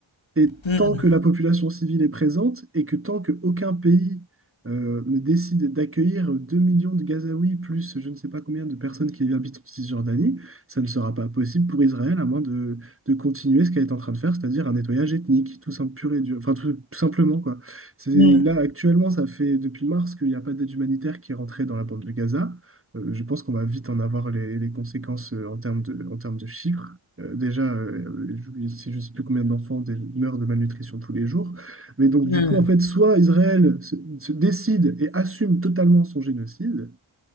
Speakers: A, on the right (about 25°); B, on the left (about 65°).
A: Et
B: Hmm,
A: tant que la population civile est présente et que tant qu'aucun pays euh, ne décide d'accueillir 2 millions de Gazaouis plus je ne sais pas combien de personnes qui habitent en Cisjordanie, ça ne sera pas possible pour Israël à moins de, de continuer ce qu'elle est en train de faire, c'est-à-dire un nettoyage ethnique, tout simple, pur et dur, enfin tout, tout simplement quoi. C'est,
B: hmm,
A: là actuellement, ça fait depuis mars qu'il n'y a pas d'aide humanitaire qui est rentrée dans la bande de Gaza. Euh, je pense qu'on va vite en avoir les, les conséquences euh, en termes de, en termes de chiffres. Euh, déjà, euh, je sais je sais plus combien d'enfants dé- meurent de malnutrition tous les jours. Mais donc,
B: Hmm,
A: du coup, en fait, soit Israël se, se décide et assume totalement son génocide,